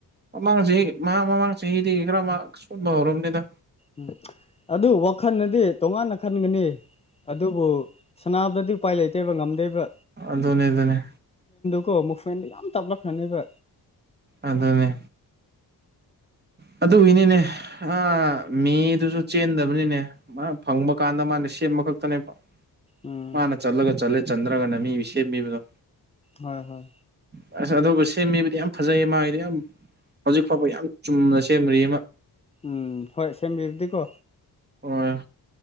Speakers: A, on the right; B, on the left.
A: ꯃꯃꯥꯡ ꯆꯍꯤ ꯃꯍꯥꯛ ꯃꯃꯥꯡ ꯆꯍꯤꯗꯒꯤ ꯈꯔ ꯁꯣꯟꯕ ꯍꯧꯔꯕꯅꯤꯗ
B: ꯎ ꯑꯗꯨ ꯋꯥꯈꯜꯅꯗꯤ ꯇꯣꯉꯥꯟꯅ ꯈꯟꯒꯅꯤ ꯑꯗꯨꯕꯨ ꯁꯅꯥꯕꯨꯗꯗꯤ ꯎꯄꯥꯏ ꯂꯩꯇꯦꯕ ꯉꯝꯗꯦꯕ꯭ꯔꯥ
A: ꯑꯗꯨ ꯑꯗꯨꯅꯦ ꯑꯗꯨ ꯑꯗꯨꯅꯦ
B: ꯀꯣ ꯃꯨꯚꯃꯦꯟꯗꯣ ꯌꯥꯝ ꯇꯥꯞꯂꯛꯈꯅꯦꯕ
A: ꯑꯗꯨꯗꯅꯦ ꯑꯗꯨꯒꯤꯅꯤꯅꯦ ꯑ ꯃꯤꯗꯨꯁꯨ ꯆꯦꯟꯗꯕꯅꯤꯅꯦ ꯐꯪꯕ ꯀꯥꯟꯗ ꯃꯥꯅꯦ ꯑꯃ ꯈꯛꯇꯅꯦꯕ
B: ꯎꯝ
A: ꯃꯥꯅ ꯆꯠꯂꯒ ꯆꯠꯂꯦ ꯆꯟꯗ꯭ꯔꯒꯅ ꯃꯤ ꯁꯦꯝꯕꯤꯕꯗꯣ
B: ꯍꯣꯏ ꯍꯣꯏ
A: ꯑ ꯑꯗꯨꯒꯕꯨ ꯁꯦꯝꯃꯤꯕꯗꯤ ꯌꯥꯝ ꯐꯖꯩꯌꯦ ꯃꯥꯒꯤꯗ ꯌꯥꯝ ꯍꯧꯖꯤꯛ ꯐꯥꯎꯕ ꯌꯥꯝ ꯆꯨꯝꯅ ꯁꯦꯝꯅꯔꯤ ꯑꯃ
B: ꯎꯝ ꯍꯣꯏ ꯁꯝꯕꯤꯗꯤꯀꯣ
A: ꯍꯣꯏ